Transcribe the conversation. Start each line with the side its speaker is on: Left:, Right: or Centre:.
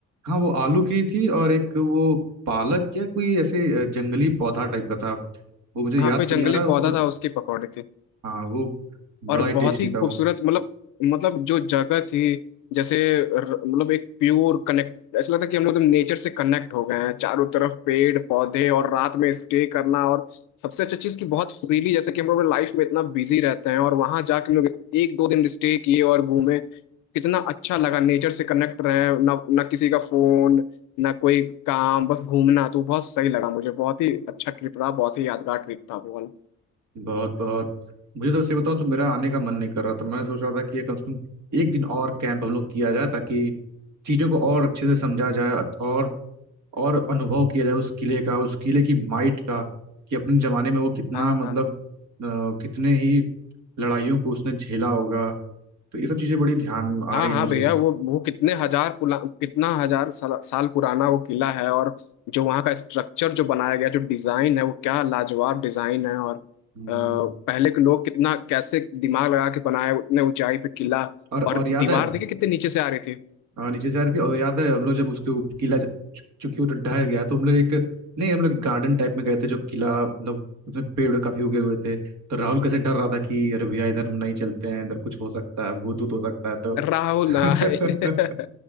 Right: हाँ वो आलू की थी और एक वो पालक या कोई ऐसे अ, जंगली पौधा टाइप का था वो मुझे
Left: कहाँ
Right: याद
Left: पे जंगली
Right: तो नहीं आ रहा
Left: पौधा
Right: सर
Left: था उसकी पकौड़ी थी
Right: हाँ वो
Left: और
Right: बड़ा ही
Left: बहुत
Right: टेस्टी
Left: ही
Right: था
Left: खूबसूरत
Right: वो
Left: मतलब मतलब जो जगह थी जैसे र- मतलब एक प्योर कनेक्ट ऐसा लगता है कि हम लोग एकदम नेचर से कनेक्ट हो गए हैं चारों तरफ पेड़ पौधे और रात में स्टे करना और सबसे अच्छा चीज़ कि बहुत फ्रीली जैसे कि हम लोग लाइफ में इतना बिजी रहते हैं और वहां जाके हम लोग एक दो दिन स्टे किए और घूमे कितना अच्छा लगा नेचर से कनेक्ट रहे ना ना किसी का फोन ना कोई काम बस घूमना तो बहुत सही लगा मुझे बहुत ही अच्छा ट्रिप रहा बहुत ही यादगार ट्रिप था वो वाला
Right: बहुत बहुत मुझे तो सही बताऊँ तो मेरा आने का मन नहीं कर रहा था मैं सोच रहा था कि ये कम से कम एक दिन और कैंप हम लोग किया जाए ताकि चीज़ों को और अच्छे से समझा जाए और और अनुभव किया जाए उस किले का उस किले की माइट का कि अपने ज़माने में वो कितना
Left: हाँ
Right: मतलब
Left: हाँ
Right: अ, कितने ही लड़ाइयों को उसने झेला होगा तो ये सब चीज़ें बड़ी ध्यान
Left: हाँ
Right: आ रही
Left: हाँ
Right: है मुझे
Left: भैया वो वो कितने हजार पुला कितना हजार साल, साल पुराना वो किला है और जो वहाँ का स्ट्रक्चर जो बनाया गया जो डिजाइन है वो क्या लाजवाब डिजाइन है और अ,
Right: हम्म,
Left: पहले के लोग कितना कैसे दिमाग लगा के बनाए उतने ऊंचाई पे किला
Right: और
Left: और
Right: और याद
Left: दीवार
Right: है
Left: देखिए कितने नीचे से आ रही थी
Right: हाँ नीचे से आ रही थी और याद है हम लोग जब उसके ऊप- किला ज- चु- चूंकि वो ढह गया तो हम लोग एक नहीं हम लोग गार्डन टाइप में गए थे जो किला मतलब उसमें पेड़ काफी उगे हुए थे तो राहुल कैसे डर रहा था कि अरे भैया इधर हम नहीं चलते हैं इधर कुछ हो सकता है भूत भूत हो सकता है तो
Left: राहुल
Right: <laughs>
Left: <laughs> हाँ,